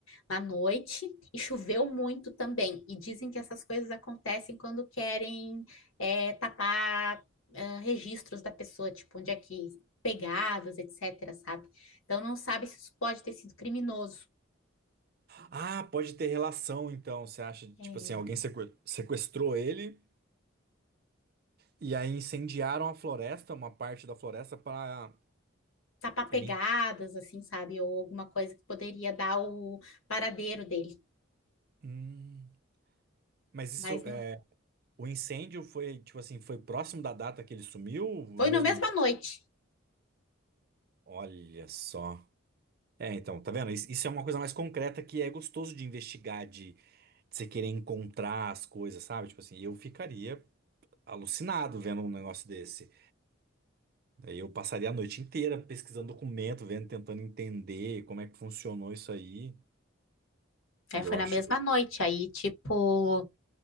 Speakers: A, on the left; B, on the right.
A: na noite e choveu muito também. E dizem que essas coisas acontecem quando querem é, tapar ah, registros da pessoa, tipo, onde é que pegadas, etc, sabe? Então não sabe se isso pode ter sido criminoso.
B: Ah, pode ter relação, então. Você acha,
A: É,
B: tipo assim, alguém sequ- sequestrou ele e aí incendiaram a floresta, uma parte da floresta, para
A: tapar pegadas,
B: limpar.
A: assim, sabe? Ou alguma coisa que poderia dar o paradeiro dele.
B: Hum. Mas isso,
A: Mas não
B: é, o incêndio foi, tipo assim, foi próximo da data que ele sumiu,
A: foi
B: no mesmo
A: na mesma
B: dia?
A: noite.
B: Olha só. É, então, tá vendo? Isso isso é uma coisa mais concreta que é gostoso de investigar, de de você querer encontrar as coisas, sabe? Tipo assim, eu ficaria alucinado vendo um negócio desse. Daí eu passaria a noite inteira pesquisando documento, vendo, tentando entender como é que funcionou isso aí.
A: É,
B: E
A: foi
B: eu acho,
A: na mesma noite. Aí, tipo,